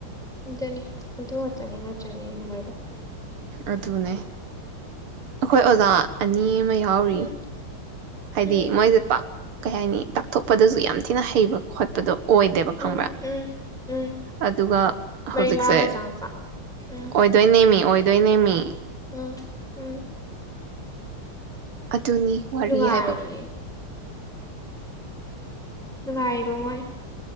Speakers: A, in the centre; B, on the right.
A: ꯑꯗꯨꯅꯤ ꯑꯗꯨ ꯈꯛꯇꯅꯦ ꯅꯇꯔꯥꯅꯦ <unintelligible>
B: ꯑꯗꯨꯅꯦ ꯑꯩꯈꯣꯏ ꯑꯣꯖꯥ ꯑꯅꯤ ꯑꯃꯥ ꯌꯥꯎꯔꯤꯌꯦ
A: ꯎꯝ
B: ꯍꯥꯏꯗꯤ
A: ꯎꯝ
B: ꯃꯣꯏ <unintelligible> ꯄꯥꯛ ꯀꯩ ꯍꯥꯏꯅꯤ ꯇꯥꯛꯊꯣꯛꯄꯗꯁꯨ ꯌꯥꯝ ꯊꯤꯅ ꯍꯩꯕ ꯈꯣꯠꯄꯗꯣ ꯑꯣꯏꯗꯦꯕ ꯈꯪꯕ꯭ꯔꯥ
A: ꯎꯝ ꯎꯝ ꯎꯝ
B: ꯑꯗꯨꯒ ꯍꯧꯖꯤꯛꯁꯦ
A: ꯃꯔꯤ ꯃꯔꯥꯡꯗ ꯆꯪꯉꯛꯄ ꯎꯝ
B: ꯑꯣꯏꯗꯣꯏ ꯅꯦꯝꯃꯤ ꯑꯣꯏꯗꯣꯏꯅꯦꯃꯤ
A: ꯎ ꯎꯝ
B: ꯑꯗꯨꯅꯤ ꯋꯥꯔꯤ
A: ꯅꯨꯡꯉꯥꯏꯔꯤꯌꯦ
B: ꯍꯥꯏꯕꯕ
A: ꯅꯨꯡꯉꯥꯏꯔꯤꯕ ꯃꯣꯏ